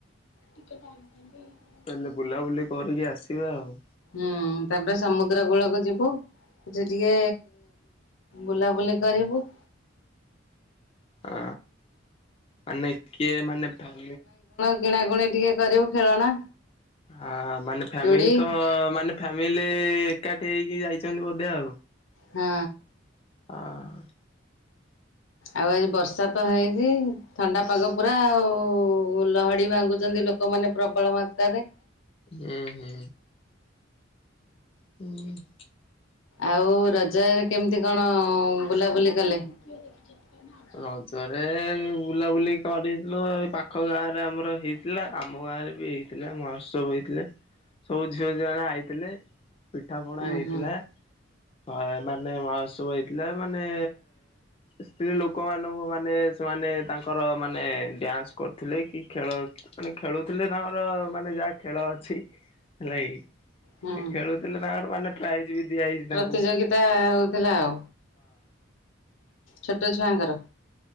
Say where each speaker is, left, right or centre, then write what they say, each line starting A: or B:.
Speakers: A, on the left (about 80°); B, on the left (about 30°).
A: ଟିକେ ଟାଇମ୍। <unintelligible>
B: ତାହେଲେ ବୁଲାବୁଲି କରିକି ଆସିବେ ଆଉ।
A: ହୁଁ ତାପରେ ସମୁଦ୍ର କୂଳକୁ ଯିବୁ। ସେ ଟିକେ ବୁଲାବୁଲି କରିବୁ।
B: ଅ ମାନେ କିଏ ମାନେ ଭା
A: କିିଣା ଗୁଣି ଟିକେ କରିବୁ ଖେଳଣା।
B: ଆଁ ମାନେ ଫାମିଲିଙ୍କ
A: ଚୁଡ଼ି
B: ମାନେ ଫ୍ୟାମିଲି ଏକାଠି ହେଇକି ଯାଇଛନ୍ତି ବୋଧେ ଆଉ।
A: ହଁ।
B: ହଁ।
A: ଆଉ ଆଜି ବର୍ଷା ତ ହେଇନି। ଥଣ୍ଡାପାଗ ପୁରା ଆଉ। ଲହଡି ଭାଙ୍ଗୁଛନ୍ତି ଲୋକମାନେ ପ୍ରବଳ ମାତ୍ରାରେ।
B: ହୁଁ ହୁଁ। <inaudible>
A: ଆଉ ରଜରେ କେମିତି କଣ ବୁଲାବୁଲି କଲେ? କିଏ ଦେଖିଚନ୍ତି ନା?
B: ରଜରେ ବୁଲାବୁଲି କରିଥିଲୁ ଏଇ ପାଖ ଗାଁରେ ଆମର ହେଇଥିଲା ଆମ ଗାଁରେ ବି ହେଇ ଥିଲା ମହୋତ୍ସବ ହେଇଥିଲେ ସବୁ ଝିଅ ଝିଅମାନେ ଆଇଥିଲେ। ପିଠାପଣା
A: ହୁଁ
B: ହେଇଥିଲା।
A: ହୁଁ
B: ହଁ ମାନେ ମହାଉତ୍ସବ ହେଇଥିଲା ମାନେ ସ୍ତ୍ରୀ ଲୋକ ଲୋକମାନଙ୍କୁ ମାନେ ସେମାନେ ତାଙ୍କର ମାନେ ଡ୍ୟାନ୍ସ କରୁଥିଲେ କି ଖେଳ ମାନେ ଖେଳୁଥିଲେ ତଙ୍କର ମାନେ ଯାହା ଖେଳଅଛି ହେଲାକି
A: ହୁଁ
B: ସେ ଖେଳୁଥିଲେ ତାଙ୍କର ମାନେ ପ୍ରାଇଜ୍ ବି ଦିଆ ହେଇଛି
A: ପ୍ରତିଯୋଗିତା
B: ତାଙ୍କୁ ହଁ।
A: ହଉଥିଲା ଆଉ ଛୋଟ ଛୁଆଙ୍କର